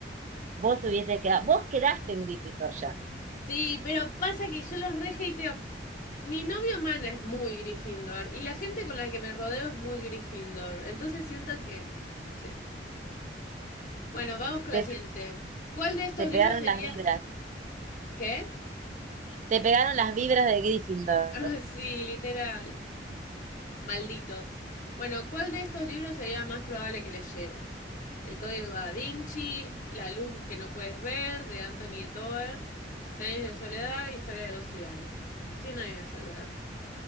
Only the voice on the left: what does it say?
Sí, pero pasa que yo los rejeiteo. Mi novio Mana es muy Gryffindor. Y la gente con la que me rodeo es muy Gryffindor. Entonces siento que. Sí. Bueno, vamos con
la siguiente. ¿Cuál de estos
libros sería.
¿Qué?
Ah, sí, literal. Malditos. Bueno, ¿cuál de estos libros sería más probable que leyeras? El Código Da Vinci, La luz que no puedes ver, de Anthony Doerr, Cien años de soledad, Historia de dos ciudades. Cien años de soledad.